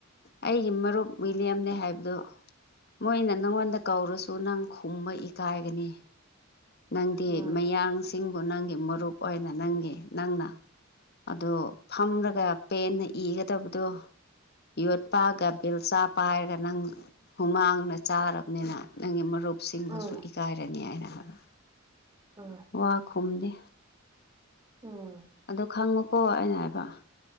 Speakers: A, on the left (about 50°); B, on the right (about 20°).
A: ꯑꯩꯒꯤ ꯃꯔꯨꯞ ꯋꯤꯂꯤꯌꯝꯅꯦ ꯍꯥꯏꯕꯗꯣ ꯃꯣꯏꯅ ꯅꯪꯉꯣꯟꯗ ꯀꯧꯔꯁꯨ ꯅꯪ ꯈꯨꯝꯕ ꯏꯀꯥꯏꯒꯅꯤ ꯅꯪꯗꯤ
B: ꯎꯝ
A: ꯃꯌꯥꯡꯁꯤꯡꯕꯨ ꯅꯪꯒꯤ ꯃꯔꯨꯞ ꯑꯣꯏꯅ ꯅꯪꯒꯤ ꯅꯪꯅ ꯑꯗꯣ ꯐꯝꯂꯒ ꯄꯦꯟꯅ ꯏꯒꯗꯕꯗꯣ ꯌꯣꯠꯄꯥꯒ ꯕꯤꯜꯆꯥ ꯄꯥꯏꯔꯒ ꯅꯪ ꯍꯨꯃꯥꯡꯅ ꯆꯥꯔꯕꯅꯤꯅ ꯅꯪꯒꯤ ꯃꯔꯨꯞ ꯁꯤꯡꯒꯁꯨ
B: ꯎꯝ ꯎꯝ
A: ꯏꯀꯥꯏꯔꯅꯤ ꯍꯥꯏꯅ ꯍꯅ
B: ꯑꯥ
A: ꯋꯥ ꯈꯨꯝꯗꯦ
B: ꯎꯝ
A: ꯑꯗꯨ ꯈꯪꯉꯣꯀꯣ ꯑꯩꯅ ꯍꯥꯏꯕ